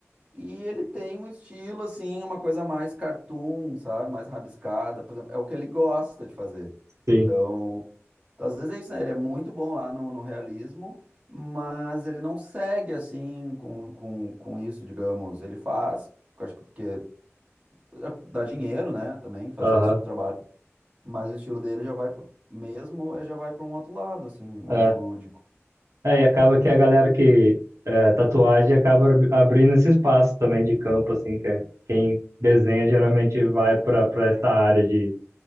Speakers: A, on the right; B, on the right.
A: e ele tem um estilo, assim, uma coisa mais cartoon, sabe, mais rabiscada, por exemplo, é o que ele gosta de fazer.
B: sim,
A: Então, então, às vezes é isso, né, ele é muito bom lá no, no realismo, mas ele não segue, assim, com, com, com isso, digamos, ele faz, eu acho que porque é, Dá dinheiro, né, também fazer
B: aham.
A: esse tipo de trabalho, mas o estilo dele já vai, pra- mesmo, eh, já vai para um outro lado, assim, mais
B: é.
A: lúdico,
B: É, e acaba que
A: né?
B: a galera que é, tatuagem acaba ab- abrindo esse espaço também de campo, assim, que é, quem desenha geralmente vai para para essa área de,